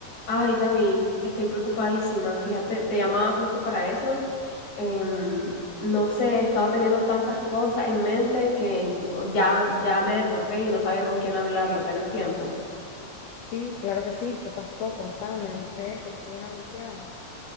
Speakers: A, on the left; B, on the left.
A: Ay, Gaby, estoy preocupadísima. Fíjate, te llamaba justo para eso. Em, no sé, he estado teniendo tantas cosas en mente que ya, ya me desbordé y no sabía con quién hablarlo. ¿Tenés tiempo?
B: Sí, claro que sí. ¿Qué pasó? Contame, no crees, te escucho bien angustiada.